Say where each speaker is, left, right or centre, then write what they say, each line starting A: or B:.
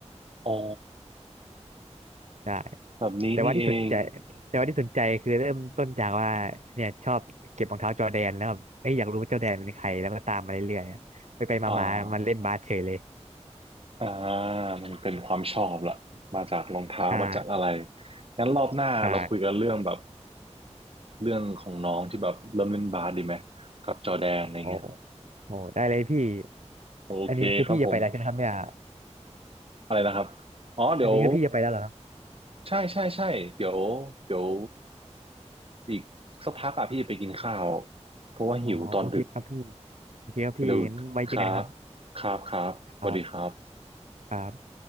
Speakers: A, on the right (about 50°); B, on the right (about 75°).
A: อ๋อ
B: ใช่
A: แบบนี้นี่เอง
B: แต่ว่าที่สนใจแต่ว่าที่สนใจคือเริ่มต้นจากว่าเนี่ยชอบเก็บรองเท้าจอร์แดนแล้วแบบเอ้ยอยากรู้ว่าจอร์แดนเป็นใครแล้วก็ตามมาเรื่อยๆไปไปมามามันเล่นบาสเฉยเลย
A: อ่าอ่ามันเป็นความชอบละมาจากรองเท้ามาจากอะไร
B: ใช่
A: งั้นรอบหน้าเราคุยกันเรื่องแบบ
B: ใช่
A: เรื่องของน้องที่แบบเริ่มเล่นบาสดีไหมกับจอร์แดนอะไรเงี้ย
B: โอ้โหได้เลยพี่
A: โอเคครับผม
B: อันนี้คือพี่จะไปแล้วใช่ไหมครับเนี่ย
A: อะไรนะครับอ๋อเดี๋ยว
B: อันนี้คือพี่จะไปแล้วเหรอ
A: ใช่ใช่ใช่เดี๋ยวเดี๋ยวอีกสักพักอ่ะพี่จะไปกินข้าวเพราะว่าหิวตอนดึก
B: อ๋อโอเคครับพี่โอเคครับพี่งั้นไว้เจอกันครับ
A: เดี๋ยวครับครับครับสวัสดีครับ
B: ครับครับ